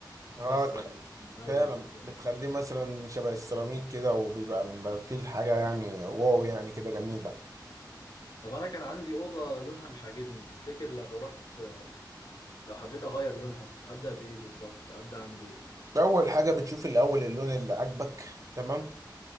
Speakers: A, on the left (about 60°); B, on the right (about 45°).
A: وتكسر
B: اه
A: من الاول
B: فعلا
A: وبتاع
B: بتخليه مثلا شبه السيراميك كده وبيبقى ال- فيه الحاجة يعني واو يعني كده جميلة
A: طب انا كان عندي اوضه لونها مش عاجبني تفتكر لو رحت لو حبيت اغير لونها ابدا بايه بالظبط ابدا اعمل ايه
B: أول حاجة بتشوف الأول اللون اللي عاجبك تمام